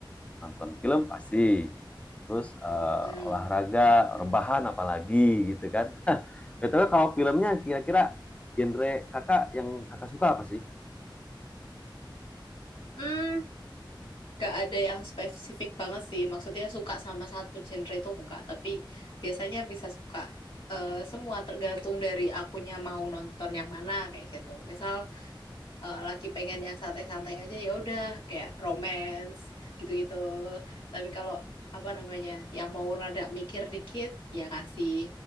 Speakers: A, on the left; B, on the left.
A: Nonton film pasti. Terus eh,
B: Hmm.
A: olahraga, rebahan apalagi gitu kan. <laughs> Betul kalau filmnya kira-kira genre kakak yang kakak suka apa sih?
B: hmm. Gak ada yang spesifik banget sih. Maksudnya suka sama satu genre itu enggak. Tapi biasanya bisa suka eh, semua tergantung dari akunya mau nonton yang mana kayak gitu. Misal eh, lagi pengen yang santai-santai aja ya udah kayak romance gitu-gitu. Tapi kalau apa namanya yang mau rada mikir dikit ya ngasih